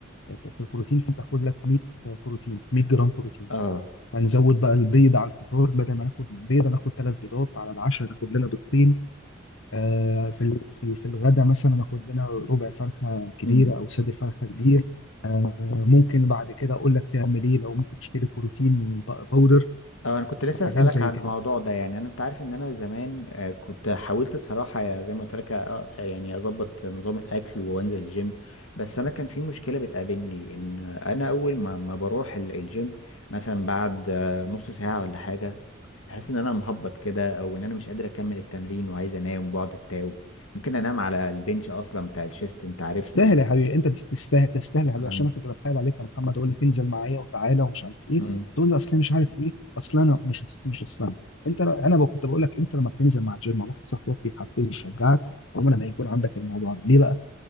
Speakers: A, on the left; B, on the left.
A: في البروتين فتاخد لك 100 بروتين 100 جرام بروتين
B: اه
A: فنزود بقى البيض على الفطار بدل ما ناخد بيضه ناخد ثلاث بيضات على العشاء ناخد لنا بيضتين آه، في ال- في ال- في الغدا مثلا اخد لنا ربع فرخه كبيره
B: امم
A: او صدر فرخه كبير آه، ممكن بعد كده اقول لك تعمل ايه لو ممكن تشتري بروتين ب- باودر
B: اه انا كنت لسه
A: وحاجات
B: اسالك
A: زي
B: عن
A: كده
B: الموضوع ده يعني انا انت عارف ان انا زمان آه، كنت حاولت الصراحه يا- زي ما قلت لك آه، آه، يعني اظبط نظام الاكل وانزل الجيم بس انا كان في مشكله بتقابلني ان انا اول ما ما بروح ال- الجيم مثلا بعد آه، نص ساعه ولا حاجه بحس ان انا مهبط كده او ان انا مش قادر اكمل التمرين وعايز انام وبقعد اتاوب ممكن انام على البنش اصلا بتاع الشيست انت عارفني
A: تستاهل
B: يعني
A: يا حبيبي انت تست- تستاهل تستاهل يا حبيبي
B: عن-
A: عشان انا كنت بتحايل عليك يا محمد اقول لك انزل معايا وتعالى ومش عارف ايه
B: مم.
A: تقول لي اصل أنا مش عارف ايه اصل انا مش مش اصل انا انت انا ب- كنت بقول لك انت لما بتنزل مع جيم مع واحد صاحبك بيحفزك ويشجعك عمر ما يكون عندك الموضوع ده ليه بقى